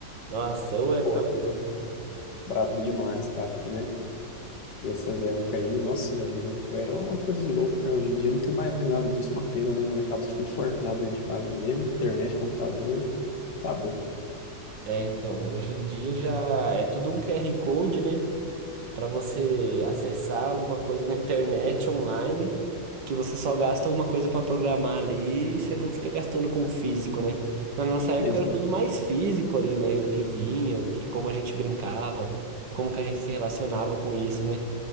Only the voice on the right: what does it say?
Nossa, ô época
boa, hein?
É, então, hoje em dia já é tudo um QR Code, né? para você acessar alguma coisa na internet, online, que você só gasta uma coisa para programar ali e você não fica gastando com o físico, né? Na nossa época
era tudo mais físico ali, né? O que vinha, o que, como a gente brincava, como que a gente se relacionava com isso, né?